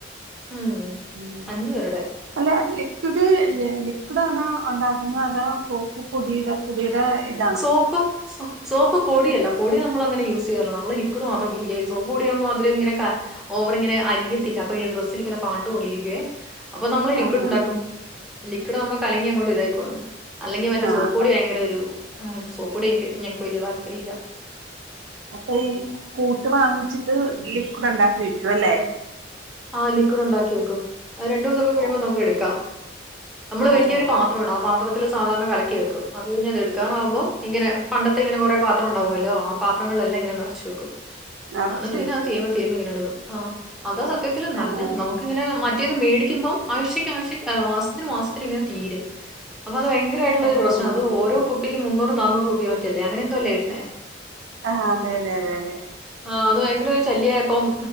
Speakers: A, in the centre; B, on the right.
A: ഉം
B: ഉം
A: അഞ്ചു പേരുടെ
B: അല്ല ലിക്വിഡ് ലിക്വിഡ് ആണാ ഉണ്ടാക്കുന്നത് അതാ സോപ്പ് പൊടിടാ <unintelligible>
A: സോപ്പ് സോ സോപ്പ് പൊടിയല്ല. പൊടി നമ്മളങ്ങനെ യൂസ് ചെയാറില്ല നമ്മള് ലിക്വിഡ് മാത്രം സോപ്പ് പൊടിയാകുമ്പോ അതില് ഇങ്ങനെ ഓവർ ഇങ്ങനെ അലിയത്തില്ല അപ്പൊ ഈ ഡ്രസ്സിൽ ഇങ്ങനെ പാണ്ട്പോലെ ഇരിക്കുവേ. അപ്പൊ നമ്മള് ലിക്വിഡ്
B: ആഹ്
A: ഉണ്ടാക്കും ലിക്വിഡ് ആകുമ്പോ കലങ്ങി അങ്ങോട്ട് ഇതായിക്കോളും അല്ലെങ്കിൽ മറ്റേ
B: ആഹ്
A: സോപ്പ് പൊടി ഭയങ്കര ഒരു സോപ്പ് പൊടി എനിക്ക് ഞങ്ങക്ക് വലിയ താല്പര്യം ഇില്ല
B: അപ്പൊ ഈ കൂട്ട് വാങ്ങിച്ചിട്ട് ലിക്വിഡ് ഉണ്ടാക്കി വെക്കും അല്ലേ
A: ആഹ് ലിക്കുഡ് ഉണ്ടാക്കി വെക്കും രണ്ടു ദിവസൊക്കെ കഴിയുമ്പോ
B: ഓഹ്
A: നമുക്ക് എടുക്കാം നമ്മള് വലിയൊരു
B: ഓഹ്
A: പാത്രംണ്ട് ആ പാത്രത്തില് സാധാരണ കല കേക്കും അത്ഴിഞ്ഞ് അത് എടുകാറാകുമ്പോ ഇങ്ങനെ പണ്ടത്തെ ഇങ്ങനെ കുറെ പാത്രം ഉണ്ടാവുമല്ലോ ആഹ് പാത്രങ്ങളെല്ലാം ഇങ്ങനെ നിറച്ച് വെക്കും
B: നറച്ച്
A: എന്നിട്ട്
B: വെക്കുവല്ലേ
A: പിന്നെ അത് തരും രു ഇങ്ങനെടുക്കും ആഹ് അത സത്യത്തിൽ നല്ലത്
B: ആഹ്
A: നമുക്ക ഇങ്ങനെ മാ റ്റേന്ന് മേടിക്കുമ്പോം ആഴ്ചയ്ക്ക് ആഴ്ച ആഹ് മാസത്തിന് മാസത്തിന് ഇങ്ങനെ തീരും അപ്പൊ അത് ഭയങ്കരായിട്ടുള്ളൊരു
B: ആഹ്
A: പ്രശ്നാ അത് ഓരോ കുട്ടിക്കും മുന്നൂറ് നാന്നൂറ് രൂപയോ മറ്റല്ലേ അങ്ങനെ എന്തോ അല്ലേ വരുന്നേ
B: ആഹ് അതെതെ അതെ അതെ
A: ആഹ് അത് ഭയങ്കര ഒരു ശല്യായപ്പം